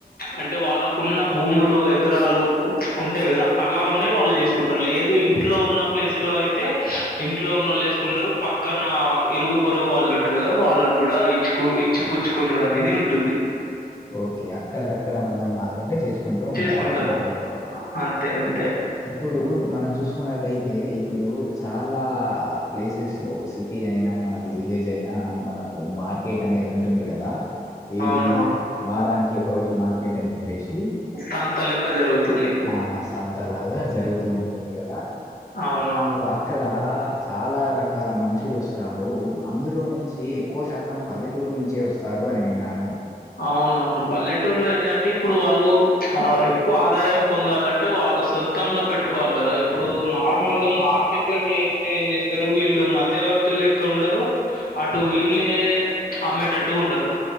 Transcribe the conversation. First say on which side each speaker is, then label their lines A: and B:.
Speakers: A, on the left (about 65°); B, on the left (about 20°).
A: అంటే వాళ్ళకున్న భూములు ఎకరాలు ఉంటాయి గదా అలా ఉన్నాయి వాళ్ళు చేసుకుంటారు లేదు ఇంట్లో ఉన్న ప్లేస్ లో అయితే ఇంట్లో ఉన్నళ్ళుేసుకుంటారు పక్కన ఇరుగు పొరుగు వాళ్ళుంటారు వాళ్ళకు కూడా ఇచ్చుకు ఇచ్చి పుచ్చుకునుడు అనేది ఉంటుంది
B: ఓకే అక్కడ దక్కడ మంధం మాత్రమే చేసుకుంటూ ఉంటారు
A: చేసుకుంటారు
B: అంటారు మీరు
A: అంతే అంతే
B: ఇప్పుడు మనం చూసుకున్నట్టయితే ఇప్పుడు చాలా చాలా ప్లేసెస్ లో సిటీ అయినా మనకు విలేజ్ అయినా మనకు మార్కెట్ అనేది ఉంటే ఉంటుంది కదా ఏది
A: అవునవును
B: వారానికి ఒక రోజు మార్కెట్ అని చెప్పేశి
A: సంత లెక్క జరుగుతుంది
B: హ సంత లాగా జరుగుతూ ఉంటుంది గదా
A: అవునవును
B: హు అక్కడా చాలా రకాల మనుషులు వస్తారు. అందులో నుంచి ఎక్కువ శాతం పల్లెటూరు నుంచే వస్తా రు అని విన్నాను.
A: అవునవును పల్లెటూరులో ఏందంటే ఇప్పుడు వాళ్ళు ఆ ఎక్కువ ఆదాయం పొందాలంటే వాళ్ళు సొంతంగా పెట్టుకోవాలి కదా ఇప్పుడు నార్మల్ గా మా మార్కెట్లకి ఎత్తే ఏం చేత్తరు వీళ్ళు మధ్యవర్తులు లె క్క ఉండరు అటు వీళ్ళే అమ్మేటట్టుగా ఉండరు.